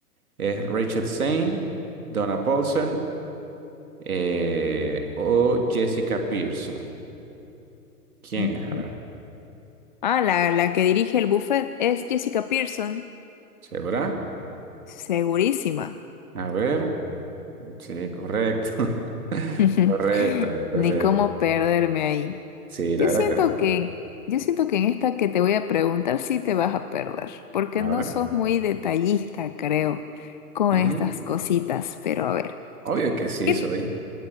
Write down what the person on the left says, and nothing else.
Ujú.
Ah, la, la que dirige el buffet es Jessica Pearson.
Segurísima.
<laughs>
Ni cómo perderme ahí.
Yo
siento
que, yo siento que en esta que te voy a preguntar sí te vas a perder, porque
no
sos muy detallista, creo, con
estas cositas. Pero a ver,
¿qué-